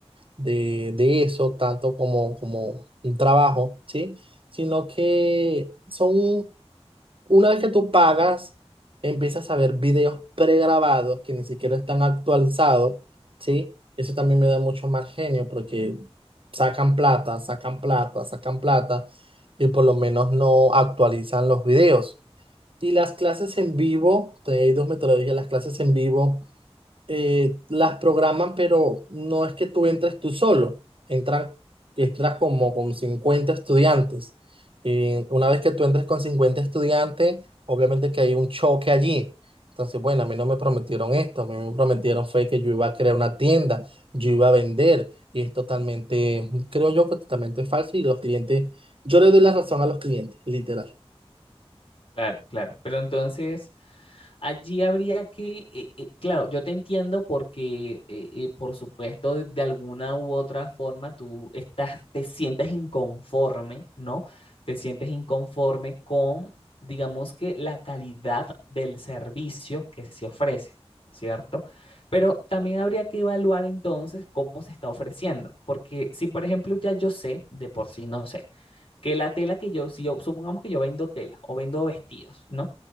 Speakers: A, on the right; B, on the left.
A: de, de- de eso tanto como, como un trabajo, ¿sí? Sino que son una vez que tú pagas, empiezas a ver videos pregrabados que ni siquiera están actualizados, ¿sí? Eso también me da mucho más genio porque sacan plata, sacan plata, sacan plata y por lo menos no actualizan los videos. Y las clases en vivo, te- hay dos metodologías, las clases en vivo eh, las programan, pero no es que tú entres tú solo, entran, entras como con 50 estudiantes. Y una vez que tú entres con 50 estudiantes, obviamente que hay un choque allí. Entonces, bueno, a mí no me prometieron esto, a mí me prometieron fue que yo iba a crear una tienda, yo iba a vender, y es totalmente, creo yo que totalmente falso, y los clientes, yo le doy la razón a los clientes, literal.
B: Claro, claro. Pero entonces, allí habría que, eh, eh, claro, yo te entiendo porque, eh, eh, por supuesto, de, de alguna u otra forma tú estás, te sientes inconforme, ¿no? Te sientes inconforme con, digamos que, la calidad del servicio que se ofrece, ¿cierto? Pero también habría que evaluar entonces cómo se está ofreciendo, porque si, por ejemplo, ya yo sé, de por sí no sé que la tela que yo, si yo, supongamos que yo vendo tela o vendo vestidos, ¿no?